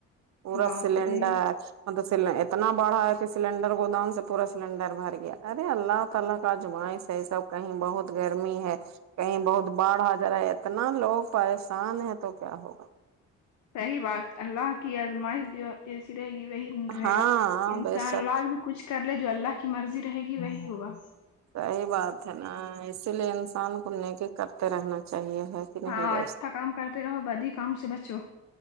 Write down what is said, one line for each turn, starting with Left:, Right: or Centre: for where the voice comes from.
Right: پورا
Left: باپ
Right: سلینڈر
Left: رے
Right: مطلب س اتنا بڑا ہے کہ سلینڈر گوداؤن سے پورا سلینڈر بھر گیا ارے اللہ اللہ کا آزمائش ہے سب کہیں بہت گرمی ہے کہیں بہت باڑھ آ جا رہا ہے اتنا لوگ پریشان ہے تو کیا ہوگا
Left: صحیح بات اللہ کی آزمائش جو جیسی رہے گی وہی نہیں رہے
Right: ہاں
Left: گا انسان
Right: بے شک
Left: لاکھ بھی کچھ کر لے جو اللہ کی مرضی رہے گی وہی ہوگا
Right: صحیح بات ہے نا اسی لیے انسان کو نیکی کرتے رہنا چاہیے ہے کہ نہیں
Left: ہاں
Right: دوست
Left: اچھا کام کرتے رہو بد ہی کام سے بچو